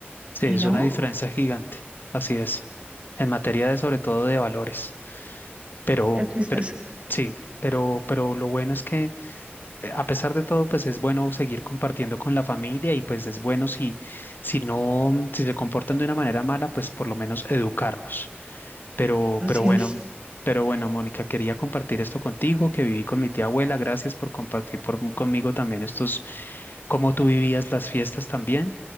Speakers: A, on the left; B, on the right.
A: sí,
B: Y
A: es
B: no,
A: una diferencia gigante, así es, en materia de sobre todo de valores, pero,
B: qué tristeza.
A: pero sí, pero, pero lo bueno es que eh, a pesar de todo, pues es bueno seguir compartiendo con la familia y pues es bueno si, si no, mm, si se comportan de una manera mala, pues por lo menos educarlos. Pero,
B: Así
A: pero bueno,
B: es.
A: pero bueno, Mónica, quería compartir esto contigo, que viví con mi tía abuela. Gracias por compartir por- mm, conmigo también estos, cómo tú vivías las fiestas también.